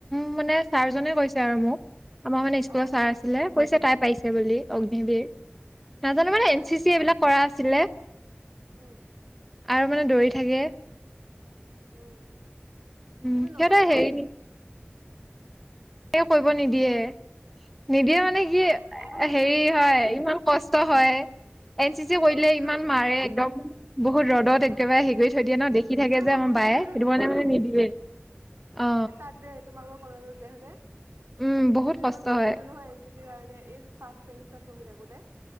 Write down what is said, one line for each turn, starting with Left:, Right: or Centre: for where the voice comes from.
Centre: মানে ছাৰজনে কৈছে আৰু মোক আমাৰ মানে স্কুলৰ
Right: অ',
Centre: ছাৰ আছিলে। কৈছে তাই পাইছে বুলি অগ্নিবীৰ নাজানো মানে
Right: অ',
Centre: এন চি চি এইবিলাক কৰা আছিলে
Right: উম,
Centre: আৰু মানে দৌৰি থাকে
Right: উম
Centre: উম
Right: তুমি
Centre: সিহঁতে
Right: নকৰিলা?
Centre: হেৰি তেওঁ কৰিব নিদিয়ে নিদিয়ে
Right: ই
Centre: মানে কি
Right: এবাৰ মানে
Centre: হেৰি হয় ইমান কষ্ট হয় এন চি চি
Right: অ',
Centre: কৰিলে
Right: গম পাইছোঁ
Centre: ইমান মাৰে একদম। বহুত ৰ'দত
Right: উম,
Centre: একেবাৰে হেৰি কৰি থৈ দিয়ে ন দেখি থাকে
Right: অ'
Centre: যে
Right: মই
Centre: আমাৰ
Right: গৈছিলোতো
Centre: বায়ে সেইটো
Right: দুদিনমান
Centre: কাৰণে মোক নিদিয়ে। অ
Right: তাত যে তোমালোকৰ কলেজত যে <unintelligible>
Centre: উম বহুত
Right: তুম
Centre: কষ্ট
Right: ইমান গৈছিলো
Centre: হয়
Right: নহয় এন চি চি কাৰণ এই ফাষ্ট চেমিষ্টাৰত পঢ়ি থাকোতে।